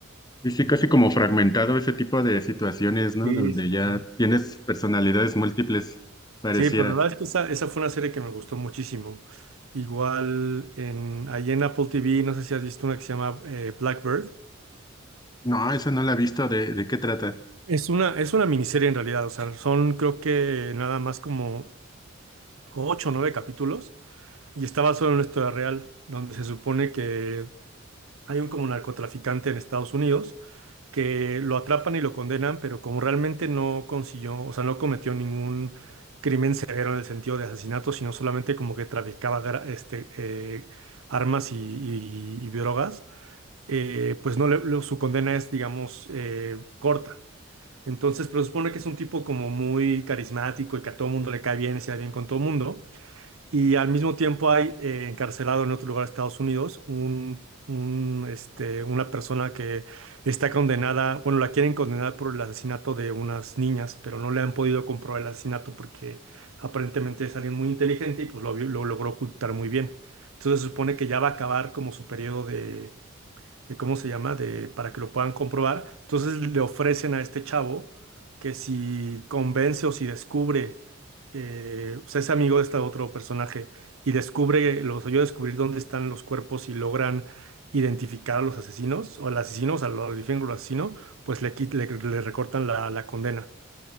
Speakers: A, on the left; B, on the right.
A: y sí casi como fragmentado ese tipo de situaciones, ¿no?
B: Sí,
A: Donde
B: sí,
A: ya
B: sí.
A: tienes personalidades múltiples, pareciera.
B: Sí, pero la verdad es que esa, esa fue una serie que me gustó muchísimo. Igual en, ahí en Apple TV, no sé si has visto una que se llama eh, Blackbird.
A: No, esa no la he visto, ¿de, de qué trata?
B: Es una, es una miniserie en realidad, o sea, son creo que nada más como ocho o nueve capítulos y estaba solo en una historia real, donde se supone que Hay un como narcotraficante en Estados Unidos que lo atrapan y lo condenan, pero como realmente no consiguió, o sea, no cometió ningún crimen severo en el sentido de asesinato, sino solamente como que traficaba gra- este, eh, armas y, y- y drogas, eh, pues no le- lo- su condena es, digamos, eh, corta. Entonces, pero supone que es un tipo como muy carismático y que a todo mundo le cae bien y se da bien con todo mundo. Y al mismo tiempo hay eh, encarcelado en otro lugar de Estados Unidos un, un, este, una persona que está condenada, bueno, la quieren condenar por el asesinato de unas niñas, pero no le han podido comprobar el asesinato porque aparentemente es alguien muy inteligente y pues lo, vi- lo logró ocultar muy bien. Entonces se supone que ya va a acabar como su periodo de de cómo se llama, de para que lo puedan comprobar. Entonces le ofrecen a este chavo que si convence o si descubre, eh, o sea, es amigo de este otro personaje y descubre, los ayuda a descubrir dónde están los cuerpos y logran identificar a los asesinos o al asesino, o sea, lo identifican con el asesino, pues le, quit- le, le recortan la, la condena.